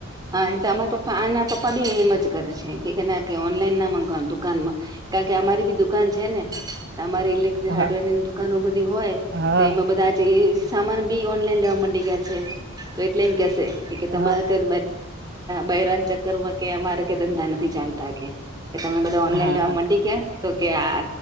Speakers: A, on the right (about 15°); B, on the right (about 45°).
A: હા એ તો <unintelligible> પપ્પા બી એમ જ કરે છે કે ના કે ઓનલાઈનના ના માંગવાના દુકાનમાં, કારણ કે અમારી બી દુકાન છે ને. તમારે ઇલેક્ટ્રિક
B: હા
A: હાર્ડવેરની દુકાનો બધી હોય
B: હા
A: તો એમાં બધા આ સામાન ભી ઓનલાઈન લેવા ગયા છે તો એટલે એમ કેશે એ કે તમારે
B: હા
A: બયરાના ચક્કર માં કે અમારે કે ધંધા નથી ચાલતા કેે, તમે ઓનલાઈન
B: હા
A: લેવા
B: હા
A: <unintelligible> ગયા તો કે આ